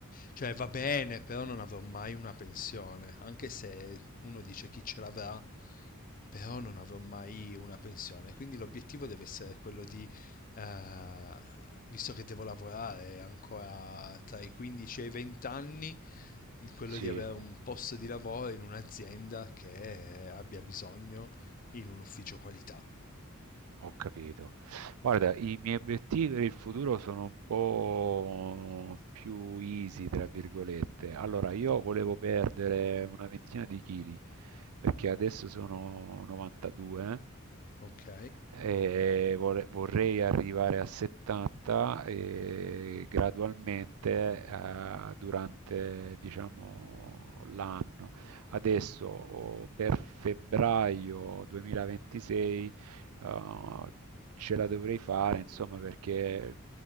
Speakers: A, on the left (about 40°); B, on the right (about 75°).
A: cioè va bene, però non avrò mai una pensione, anche se uno dice chi ce l'avrà, però non
B: mh.
A: avrò mai una pensione, quindi l'obiettivo deve essere quello di, eh, visto che devo lavorare ancora tra i 15 e i 20 anni, quello
B: Sì.
A: di avere un posto di lavoro in un'azienda che abbia bisogno in un ufficio qualità,
B: Ho capito. Guarda, i miei obiettivi per il futuro sono un po' più easy, tra virgolette. Allora, io volevo perdere una ventina di chili, perché adesso sono 92
A: ok?
B: e vole- vorrei arrivare a 70 e gradualmente, eh, durante, diciamo, l'anno. Adesso oh, per febbraio 2026 eh, ce la dovrei fare, insomma, perché